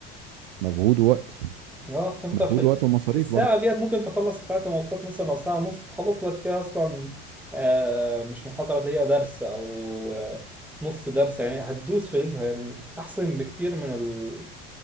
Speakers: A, on the right (about 80°); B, in the centre.
A: مجهود ووقت
B: اه فانت
A: مجهود
B: في,
A: ووقت
B: في
A: ومصاريف
B: في الساعة
A: برضه
B: ديت ممكن تخلص في ساعة المواصلات مثلا او ساعة ونص تخلص لك فيها اصلا آه مش محاضرة اللي هي درس او آه نص درس يعني هتدوس في رجلها يعني احسن بكتير من ال...